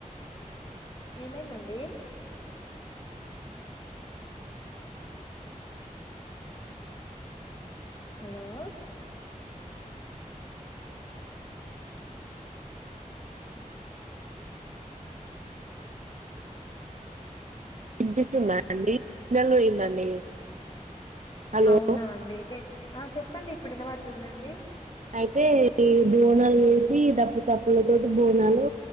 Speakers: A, on the left (about 35°); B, on the right (about 65°).
A: ఏమైందండి హలో
B: వినిపిస్తుందా అండి సిగ్నల్ పోయిందండి హలో
A: అవునా అండి అయితే ఆ చెప్పండి ఇప్పుడు వినపడుతుందండి
B: అయితే ఈ బోనాలు చేసి డప్పు చప్పుల తోటి బోనాలు